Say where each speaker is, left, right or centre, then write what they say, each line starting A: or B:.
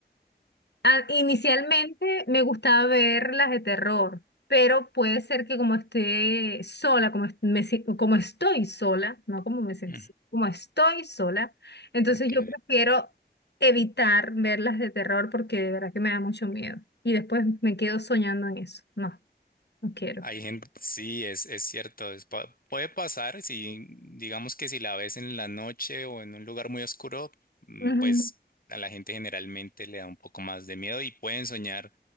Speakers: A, on the left; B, on the left.
A: a- inicialmente me gustaba ver las de terror, pero puede ser que como esté sola, como, est- me si- como estoy sola, no como me siento,
B: mm,
A: sola, como estoy sola, entonces
B: ok.
A: yo prefiero evitar ver las de terror porque de verdad que me da mucho miedo. Y después me quedo soñando en eso. No, no quiero.
B: Hay gente, sí, es, es cierto, es pa- puede pasar, si digamos que si la ves en la noche o en un lugar muy oscuro, mm,
A: Ujú.
B: pues a la gente generalmente le da un poco más de miedo y pueden soñar